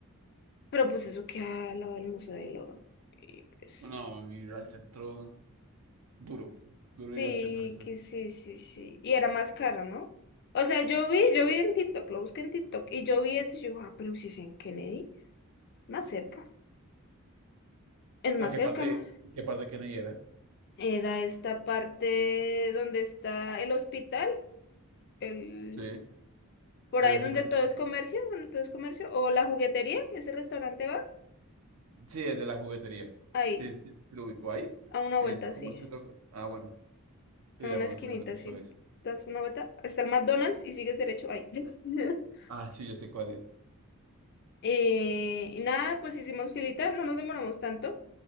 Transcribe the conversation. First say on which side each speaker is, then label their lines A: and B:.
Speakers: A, on the left; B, on the right.
A: pero pues eso queda al lado del Museo del Oro. Y pues,
B: no, ir al centro duro. Duro
A: sí,
B: ir al centro después.
A: que sí, sí, sí. Y era más cara, ¿no? O sea, yo vi, yo vi en TikTok, lo busqué en TikTok, y yo vi eso y yo, ah, pero si es en Kennedy, más cerca, es más
B: ¿A qué
A: cerca,
B: parte,
A: ma.
B: qué parte de Kennedy era?
A: Era esta parte donde está el hospital, el,
B: Sí,
A: por
B: el
A: ahí
B: hospital
A: donde todo
B: de Kennedy.
A: es comercio, donde todo es comercio, o la juguetería, ese restaurante va.
B: Sí, el de la juguetería.
A: Ahí,
B: Sí, sí, sí lo ubicó ahí.
A: a una
B: Ese
A: vuelta,
B: es como
A: sí.
B: centro. Ah, bueno. Sí,
A: A
B: ya
A: una
B: más
A: esquinita,
B: o menos sé
A: sí.
B: cuál es.
A: Das una vuelta hasta el McDonald's y sigues derecho ahí. <laughs>
B: Ah, sí, ya sé cuál es.
A: Eh, y nada, pues hicimos filita, no nos demoramos tanto.